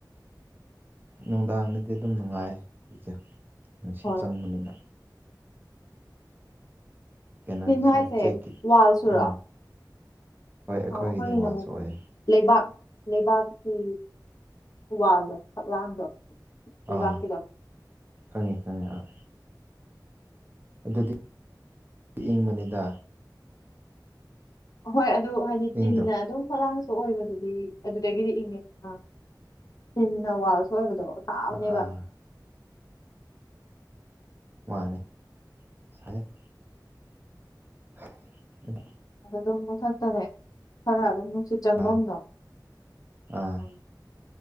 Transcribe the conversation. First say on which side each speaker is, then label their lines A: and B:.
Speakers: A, on the right; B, on the left.
A: ꯅꯨꯡꯗꯥꯡꯗꯗꯤ ꯑꯗꯨꯝ ꯅꯨꯡꯉꯥꯏ ꯏꯖꯦ ꯅꯨꯡꯁꯤꯠ
B: ꯍꯣꯏ
A: ꯆꯪꯕꯅꯤꯅ ꯀꯩꯅꯣꯒꯤꯁꯤꯅ
B: ꯇꯤꯟꯍꯥꯏꯁꯦ
A: ꯆꯦꯛꯀꯤ
B: ꯋꯥꯜ ꯁꯨꯔ
A: ꯎꯝ ꯍꯣꯏ ꯑꯩꯈꯣꯏꯒꯤꯗꯤ
B: ꯑꯣ ꯑꯩꯈꯣꯏꯒꯤꯅ
A: ꯋꯥꯁꯨ
B: ꯑꯃꯨꯛ
A: ꯑꯣꯏꯌꯦ
B: ꯂꯩꯕꯥꯛ ꯂꯩꯕꯥꯛꯀꯤ ꯎ ꯋꯥꯜꯗꯣ ꯐꯛꯂꯥꯡꯗꯣ ꯂꯩꯕꯥꯛꯀꯤꯗꯣ
A: ꯑꯥ ꯈꯪꯉꯤ ꯈꯪꯉꯤ ꯑꯥ ꯑꯗꯨꯗꯤ ꯀꯦꯡꯕꯅꯤꯗ
B: ꯍꯣꯏ ꯑꯗꯨ ꯍꯥꯏꯗꯤ ꯇꯤꯟꯅ
A: ꯏꯪꯗ꯭ꯔꯣ
B: ꯑꯗꯨꯝ ꯐꯛꯂꯥꯡ ꯑꯣꯏꯕꯗꯨꯗꯤ ꯑꯗꯨꯗꯒꯤꯗꯤ ꯏꯪꯉꯦ ꯅ ꯇꯤꯟꯅ ꯋꯥꯜꯁꯨ ꯑꯣꯏꯕꯗꯣ ꯊꯥꯕꯅꯦꯕ
A: ꯑꯥ ꯃꯥꯅꯦ ꯁꯥꯏꯌꯦ ꯑꯗ
B: ꯑꯗꯨꯗꯨꯝ ꯃꯊꯛꯇꯅꯦ ꯈꯔ ꯑꯗꯨꯝ ꯅꯨꯡꯁꯤꯠ ꯆꯪꯕꯝꯗꯣ
A: ꯑꯥ ꯑꯥ
B: ꯎꯝ